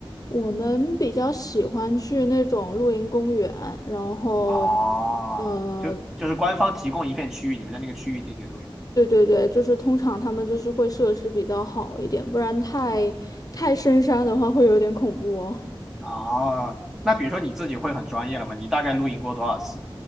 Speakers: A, on the left (about 40°); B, in the centre.
A: 我们比较喜欢去那种露营公园，然后
B: 啊，
A: 呃，
B: 就就是官方提供一片区域，你们在那个区域进行录音
A: 对对对，就是通常他们就是会设施比较好一点，不然太太深山的话会有点恐怖哦。
B: 啊，那比如说你自己会很专业了吗？你大概录音过多少次？